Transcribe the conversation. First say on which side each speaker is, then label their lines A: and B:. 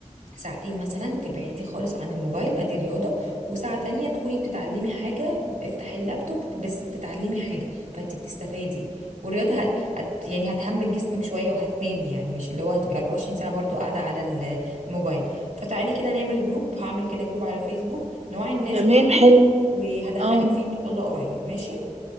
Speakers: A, on the right (about 80°); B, on the right (about 55°).
A: ساعتين مثلا تبعدي خالص عن الموبايل ادي رياضة وساعة تانية تكوني بتتعلمي حاجة افتحي اللابتوب بس بتتعلمي حاجة فانت بتستفادي والرياضة هت... هت... يعني هتهمك جسمك شوية وهتنامي يعني مش اللي هو هتبقي 24 ساعة برضو قاعدة على ال- الموبايل فتعالي كده نعمل جروب هعمل كده جروب على فيسبوك نوعي الناس
B: تمام
A: برضو
B: حلو
A: وهدخلك
B: اه
A: فيه ان شاء الله قريب ماشي